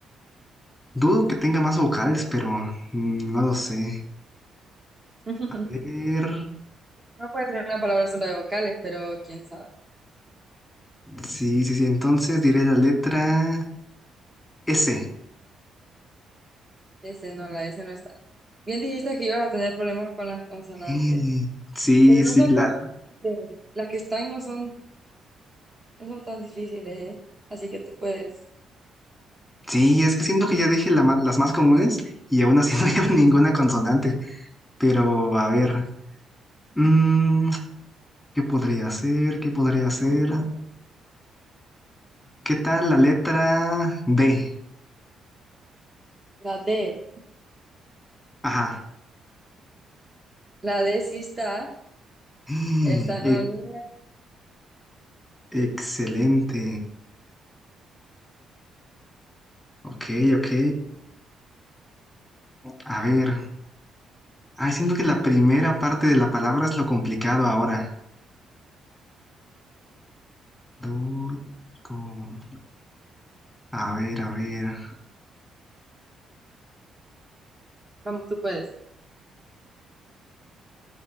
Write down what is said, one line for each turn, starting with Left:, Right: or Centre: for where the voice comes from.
Centre: dudo que tenga más vocales, pero mm, no lo sé.
Right: <laughs>
Centre: A ver.
Right: No puede ser una palabra solo de vocales, pero quién sabe.
Centre: Sí, sí, sí. Entonces diré la letra S.
Right: S no, la S no está. Bien dijiste que ibas a tener problemas con las consonantes.
Centre: Mm, Sí,
Right: Pero
Centre: sí,
Right: no son
Centre: claro.
Right: tan difíciles. Las que están no son, no son tan difíciles, ¿eh? Así que tú puedes.
Centre: Sí, es que siento que ya dije la ma- las más comunes y aún así <laughs> no llevo ninguna consonante. Pero, a ver. mm, ¿qué podría hacer, ¿Qué podría hacer. ¿Qué tal la letra D?
Right: La D,
Centre: Ajá. <gasps>
Right: la D sí está,
Centre: Mm,
Right: está en
Centre: e-
Right: la línea.
Centre: excelente. Ok, ok. A ver. Ah, siento que la primera parte de la palabra es lo complicado ahora. Du- com- A ver, a ver.
Right: Vamos, tú puedes.